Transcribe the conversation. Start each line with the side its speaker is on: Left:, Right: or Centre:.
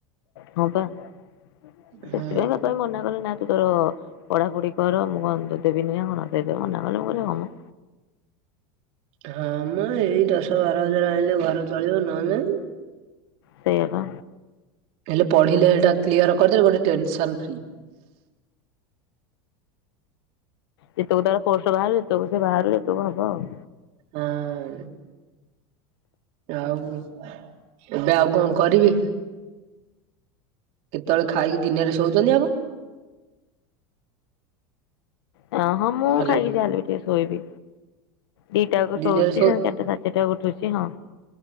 Left: ହଁ ପା ସେଥିପାଇଁ
Right: ହୁଁ
Left: ବାପା ମନା କଲେ ନା ତୁ ତୋର ପଢାପଢି କର ମୁଁ କଣ ତୋତେ ଦେବିନି ନା କଣ ସିଏ ତ ମନା କଲେ ମୁଁ କହିଲି ହଁ ମୋ।
Right: <inaudible> ହଁ ମୋ ଏଇ ଦଶ ବାର ହଜାର ଆଣିଲେ ଘର ଚଳିବ ନହେଲେ ନାହିଁ।
Left: ସେଇଆ ପା।
Right: ଏ ପଢିଲେ ସେଟା କ୍ଲିୟର୍ କରିଦେଲେ ଗୋଟେ ଟେନସନ ଫ୍ରୀ।
Left: ଯେତକ ତାର ପୋଷ୍ଟ ବାହାରେ ତବ ସେ ବାହାରିଲେ ଏତକ ହବ ଆଉ।
Right: ହଁ। ଆଉ ଏବେ ଆଉ କଣ କରିବି? କେତେବେଳେ ଖାଇକି ଦିନରେ ଶୋଉଚନ୍ତି ଆପଣ?
Left: ଅ, ହଁ ମୁଁ
Right: ହ୍ୟାଲୋ
Left: ଖାଇକି ଯାହା ହେଲେ ବି ଟିକେ ଶୋଇବି। ଦିଟା ବେଳକୁ
Right: ଦିନରେ
Left: ଶୋଉଚି
Right: ଶୋ
Left: ସାଢ ଚାରଟା ସାଢ଼େ ଚାରଟା ଉଠୁଚି ହଁ।